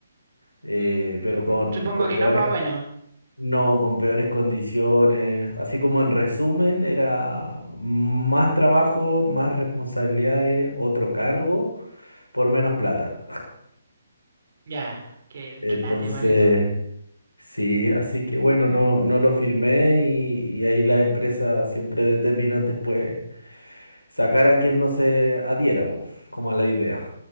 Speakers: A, on the left (about 80°); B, on the right (about 50°).
A: eh,
B: Mm, mm,
A: pero con,
B: supongo
A: con
B: que
A: peores,
B: no, pa' bueno.
A: No, con peores condiciones. Así como en resumen, era más trabajo, más responsabilidades, otro cargo, por menos plata.
B: Ya, que,
A: Entonces,
B: que late igual eso.
A: sí, así que bueno, no, no lo firmé y, y ahí las empresas siempre determinan después sacar a quien no se adhiera, po, como a la idea.